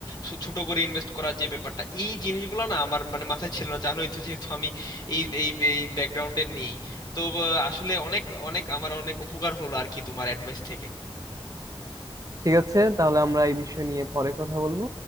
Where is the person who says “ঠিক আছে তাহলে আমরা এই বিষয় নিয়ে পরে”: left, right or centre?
Right